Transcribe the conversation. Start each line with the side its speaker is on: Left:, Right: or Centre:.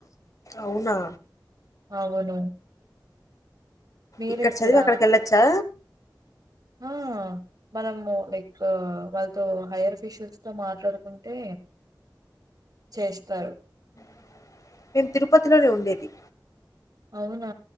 Left: అవునా
Right: అవును మీరెక్కడా?
Left: ఇక్కడ చదివి అక్కడికి వెళ్ళచ్చా
Right: ఆ మనము లైక్ వాళ్ళతో హైయర్ ఫేషియల్స్ తో మాట్లాడుకుంటే చేస్తారు
Left: <inaudible> మేమ్ తిరుపతిలోనే ఉండేది
Right: అవునా